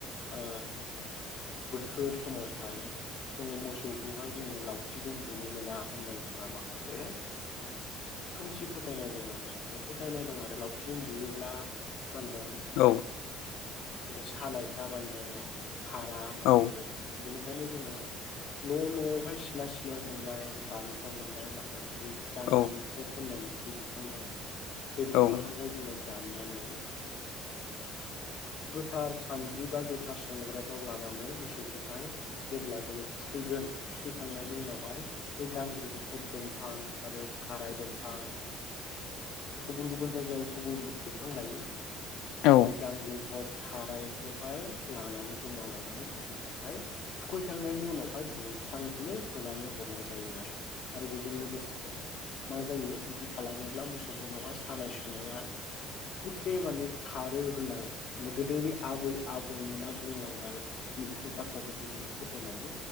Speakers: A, on the left (about 60°); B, on the left (about 80°).
A: अ बोथोर समावहाय जोङो मोसौखौहाय जोङो लावथिजों बुनो मोना होननाय जोंहा माखासे खोमसि फोथायनाय दं आरो माने फोथायनाय दं आरो लावथिजों बुयोब्ला मा होनदों
B: औ
A: मानदों सानायफ्रा मानदों। खारा माने
B: औ
A: बेबायदि आरो बेनि ओंखायनो जोङो न' न'आवहाय सिला सिलायाव मोननाय बारिफ्राव मोननाय माखासे गांग्रोमफब
B: औ
A: होननाय मोनसे बिफां दङ बे
B: औ
A: बिफांखौहाय जोङो दाननानै गोथार सानद्रि बा गोथार संग्रबाव लानानै मोसौखौहाय जेब्ला जोङो थुखैगोन थुखैखांनायनि उनावहाय बे गांग्रिगिखब दंफां आरो थाराय दंफां गुबुन गुबुन जायगायाव गुबुन गुबुन बिफां लायो
B: औ
A: बे गांग्रिन खब थारायखौहाय लानानै जमा लानानै मोसौखौहाय थुखैखांनायनि उनावहाय बु स्रांनानै होनानै हरनाय जायो आरो आरो बेजों लोगोसे मा जायो बिदि खालामोब्ला मोसौफोरनावहाय सानाय सुनाया गुटे माने खारो। होननाय माने गोदोनि आबै आबौमोना बुंलांनाय नैबेफोर बाथ्राफोरखौ जोङो फोथायनानै